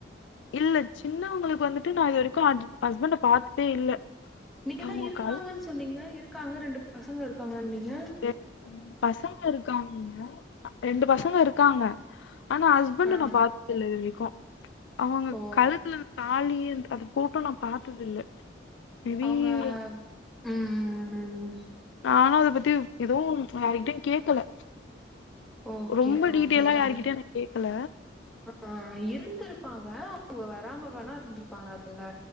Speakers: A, on the left; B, in the centre.
A: இல்ல சின்னவங்களுக்கு வந்துட்டு நா இது வரைக்கு ஹஸ் ஹஸ்பண்ட பாத்ததே இல்ல
B: நீங்கதான்
A: அவங்க
B: இருக்கறாங்கன்னு
A: கல்
B: சொன்னீங்க இருக்காங்க ரெண்டு பசங்க இருக்காங்கனீங்க
A: ரெண்டு பசங்க இருக்காங்கங்க ரெண்டு பசங்க இருக்காங்க ஆனா ஹஸ் ஹஸ்பண்ட
B: ஆ
A: நா பாத்தது இல்ல இது வரைக்கு அவுங்க
B: ஓ
A: கழுத்துல தாலி அது போட்டு நா பாத்தது இல்ல மேபி
B: அவுங்க ம் ம் ம்
A: நானு அத பத்தி எதுவு யார்ட்டயு கேக்கல
B: ஓகே
A: ரொம்ப டீட்டெய்லா
B: ஓகே
A: யாருட்டயு
B: அது
A: நா கேக்கல
B: ஆ இருந்திருப்பாங்க அவுங்க வராம வேணா இருந்திருப்பாங்கல்ல